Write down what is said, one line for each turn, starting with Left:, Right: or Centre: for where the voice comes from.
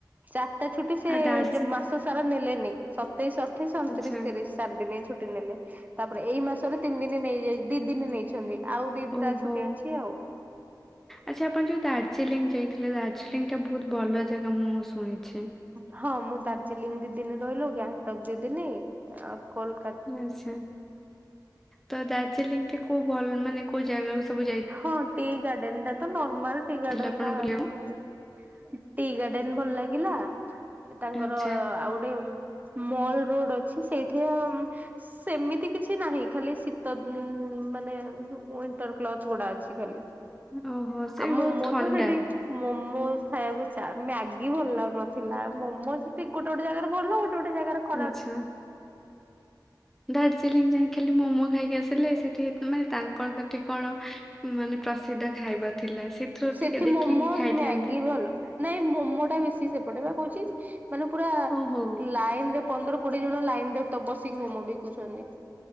Right: ଚାରିଟା ଛୁଟି ସେ
Centre: ଆଉ ଦାର୍ଜି
Right: ଯଉ ମାସ ସାରା ନେଲେନି। ସତେଇଶ, ଅଠେଇଶ, ଅଣତିରିଶ,
Centre: ଆଚ୍ଛା
Right: ତିରିଶ ଚାରି ଦିନ ଛୁଟି ନେଲେ। ତାପରେ ଏଇ ମାସରେ ତିନି ଦିନ ନେଇଯାଇ ଦି ଦିନ ନେଇଛନ୍ତି। ଆଉ ଦିଟା
Centre: ଓହୋ।
Right: ଛୁଟି ଅଛି ଆଉ।
Centre: ଆଚ୍ଛା ଆପଣ ଯୋଉ ଦାର୍ଜିଲିଂ ଯାଇଥିଲେ ଦାର୍ଜିଲିଂ ଟା ବହୁତ ଭଲ ଜାଗା ମୁଁ ମୁଁ ଶୁଣିଚି।
Right: ହଁ ମୁଁ ଦାର୍ଜିଲିଂ ଦିଦିନ ରହିଲୁ ଗ୍ୟାଙ୍ଗଟକ ଦିଦିନି ଆ କୋଲ
Centre: ଆଛା ତ ଦାର୍ଜିଲିଂ ଟେ କୋଉ ଭଲ ମାନେ କୋଉ ଜାଗାକୁ ସବୁ ଯାଇ
Right: ହଁ ଟି ଗାର୍ଡେନ ଟା ତ ନର୍ମାଲ ଟି
Centre: ଯାଇଥିଲେ
Right: ଗାର୍ଡେନ
Centre: ଆପଣ
Right: ଟା
Centre: ବୁଲିବାକୁ?
Right: ଆମ ବୁଲୁ। ଟି ଗାର୍ଡେନ ଭଲ ଲାଗିଲା ତାଙ୍କର
Centre: ଆଚ୍ଛା,
Right: ଆଉ ଗୋଟେ ମଲ୍ ରୋଡ ଅଛି ସେଇଠି ସେମିତି କିଛି ନାହିଁ ଖାଲି ଶୀତ ଦଉ ମାନେ ଉଇଣ୍ଟର କ୍ଲଥ ଗୁଡା ଅଛି ଖାଲି।
Centre: ଓହୋ! ସେଇଠି
Right: ଆଉ ମୋମୋ
Centre: ବହୁତ ଥଣ୍ଡା।
Right: ତ ସେଇଠି ମୋମୋଜ ଖାଇବାକୁ ଚା ମ୍ୟାଗି ଭଲ ଲାଗୁନଥିଲା ମୋମୋଜ ଗୋଟେ ଗୋଟେ ଜାଗାରେ ଭଲ ଗୋଟେ ଗୋଟେ ଜାଗାରେ ଖରାପ
Centre: ଆଛା ଦାର୍ଜିଲିଂ ଯାଇ ଖାଲି ମୋମୋ ଖାଇକି ଆସିଲେ ସେଠି ମାନେ ତାଙ୍କର ସେଠି କଣ ମାନେ ପ୍ରସିଦ୍ଧ ଖାଇବା ଥିଲା ସେଥିରୁ
Right: ସେଠି
Centre: ଟିକେ ଦେଖିକି
Right: ମୋମୋଜ
Centre: ଖାଇଥାନ୍ତେ।
Right: ମ୍ୟାଗି ଭଲ ନାଇଁ ମୋମୋ ଟା ବେଶୀ ସେପଟେ ବା କହୁଛି ମାନେ ପୁରା
Centre: ଓହୋ!
Right: ଲାଇନରେ ପନ୍ଦର କୋଡିଏ ଜଣ ଲାଇନ ରେ ତ ବସିକି ମୋମ ବିକୁଛନ୍ତି।